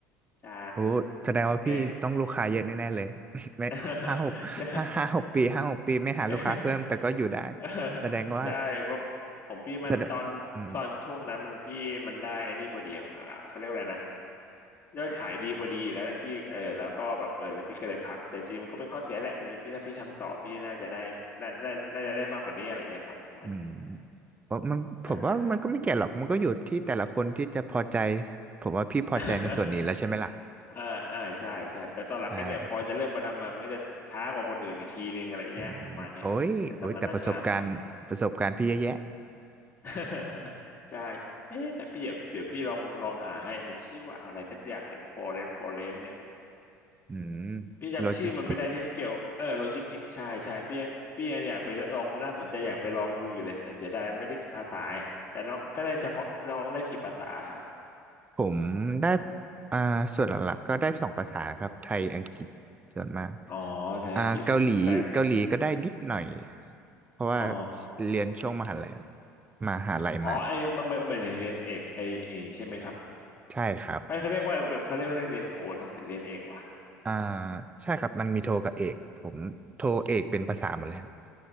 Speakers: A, on the left (about 30°); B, on the right (about 15°).
A: <laughs> ใช่
B: โอ้แสดงว่าพี่ต้องลูกค้าเยอะแน่ๆเลย
A: เย้
B: <laughs> ไม่ห้าหกห้าห้าหกปีห้าหกปีไม่หาลูกค้าเพิ่มแต่ก็อยู่ได้
A: <laughs> ใช่ <laughs> เออ
B: แสดงว่า
A: ใช่เพราะผมพี่มันตอนตอนช่วงนั้นมันพี่มันได้ไอ้นี่พอดีอะอ่าเขาเรียกว่าอะไรนะ
B: แสดงอืม
A: ยอดขายดีพอดีแล้วเนยพี่เออแล้วก็แบบเออแล้วพี่ก็เลยพักแต่จริงมันก็เป็นข้อเสียแหละจริงพี่ถ้าพี่ทำต่อพี่น่าจะได้น่าน่าน่าจะได้มากกว่านี้อะไรอย่างเงี้ยครับประมาณนี้
B: อืมเพราะมันผมว่ามันก็ไม่เกี่ยวหรอกมันก็อยู่ที่แต่ละคนที่จะพอใจ
A: ใช่
B: ผมว่าพี่พอใจในส่วนนี้แล้วใช่ไหมล่ะ
A: <laughs> อ่าอ่าใช่ใช่แต่ตอนหลังก็เนี่ยพอจะเริ่มมาทำงานมันก็จะช้ากว่าคนอื่นอีกทีนึงอะไรเงี้ยประมาณนี้ครับแต่ต้องมานั่งหามัน
B: ใช่อืมโอ้ยโอ้ยแต่ประสบการณ์ประสบการณ์พี่เยอะแยะ
A: <laughs> ใช่เอ๊ะแต่พี่เดี๋ยวเดี๋ยวพี่ลองลองหาให้มันชื่อว่าอะไรสักอย่างไอ้ฟอเรนฟอเรนเนี่ย
B: อืม
A: พี่จำชื่อมันไม่ได้ที่มันเกี่ยวเออโลจิสติกใช่ใช่พี่ยังพี่ยังอยากไปลองน่าสนใจอยากไปลองดูอยู่เลยแต่เสียดายไม่ได้ภาษาไงแต่น้องก็ได้เฉพาะน้องได้กี่ภาษาครับ
B: โลจิสติ ผมได้อ่าส่วนหลักๆก็ได้สองภาษาครับไทย อังกฤษส่วนมาก
A: อ๋อภาษาอังกฤษแต่
B: อ่าเกาหลีเกาหลีก็ได้นิดหน่อย เพราะว่า
A: อ๋อ
B: เรียนช่วงมหาลัยมหาลัยมา
A: อ๋อไอ้มันมันมันเรียนเอกไอ้ไอ้ใช่ไหมครับ
B: ใช่ครับ
A: ไอ้เขาเรียกว่าเขาเรียกว่าเรียนโทนะหรือเรียนเอกวะ
B: อ่าใช่ครับ มันมีโทกับเอก ผมโทเอกเป็นภาษาหมดเลยฮะ